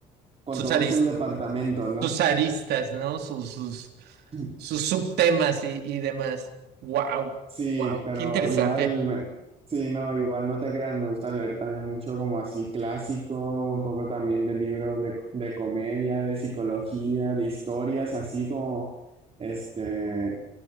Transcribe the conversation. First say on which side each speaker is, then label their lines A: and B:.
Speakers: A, on the right; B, on the right.
A: con
B: Sus
A: todos
B: aris-
A: sus departamentos, ¿no?
B: sus aristas, ¿no? Sus, sus,
A: <clears throat>
B: sus subtemas y, y demás. Wow,
A: Sí,
B: wow,
A: pero
B: qué interesante.
A: igual, me- sí, no, igual no te crean, me gusta leer también mucho como así clásico, un poco también de libros de, de comedia, de psicología, de historias, así como, este,